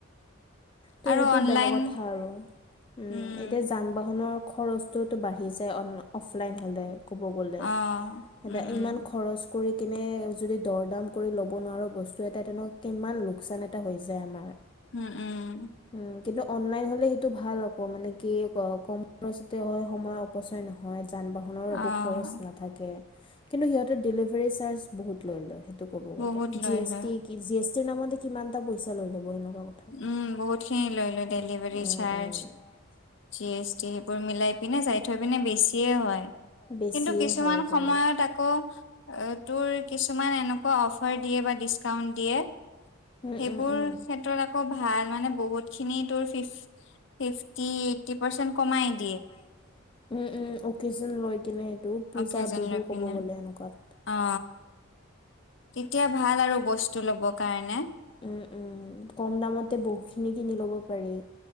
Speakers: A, on the left; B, on the left.
A: ত'
B: আৰু
A: সেইটো
B: অনলাইন
A: বেয়া কথা আৰু। উম,
B: উম
A: এতিয়া জান। বাহনৰ খৰচটোওতো বাঢ়ি যায় অন, অফলাইন হ'লে। ক'ব গ'লে।
B: অ
A: এটা
B: উম
A: ইমান
B: উম
A: খৰচ। কৰি কেনে, যদি দৰ-দাম কৰি ল'ব নোৱাৰোঁ বস্তু এটা, তেনে কিমান লোকচান এটা হৈ যায় আমাৰ।
B: উম, উম।
A: উম, কিন্তু অনলাইন হ'লে সেইটো ভাল আকৌ। মানে কি, ক', কম খৰচতে হয় সময়। অপচয় নহয়। যান-বাহ। হনৰ
B: অ
A: একো খৰচ নাথাকে। কিন্তু সিহঁতে ডেলিভাৰী চাৰ্জ বহুত লৈ লয়। টো ক'ব গ'লে।
B: বহুত লৈ
A: জিএছটি
B: লয়
A: কি, জিএছটিৰ নামতে কিমান এটা পইচা লৈ ল'ব সনেকুৱা কথা।
B: উম, বহুতখিনি লৈ লয়। Delivery
A: um,
B: charge,
A: um.
B: GST সবোৰ মিলাই পিনে যায়। থৈ পিনে বেছিয়ে হয়।
A: বেছিয়ে
B: কিন্তু কিছুমান
A: হয় ক'ব
B: সময়ত
A: গ'লে।
B: আকৌ। অ', তোৰ কিছুমান এনেকুৱা অফ। ফাৰ দিয়ে বা ডিছকাউণ্ট দিয়ে।
A: উম,
B: ‌সেইবোৰ
A: উম, উম।
B: ক্ষেত্ৰত আক। কৌ ভাল। মানে বহুত খিনি তোৰ ফিফ, ফিফটি-এইটি পাৰচেণ্ট কমায়।
A: কমা‌য়। উম উম, অকেশ্বন লৈ কেনে। টো পূজা,
B: অকেজন
A: বিহু
B: লৈ
A: ক'ব
B: পিনে
A: গ'লে, এনেকুৱাত।
B: অ তেতিয়া ভাল আৰু, বস্তু ল'ব কাৰণে।
A: উম, উম, কম দামতে বহু খিনি কিনি ল'ব পাৰি।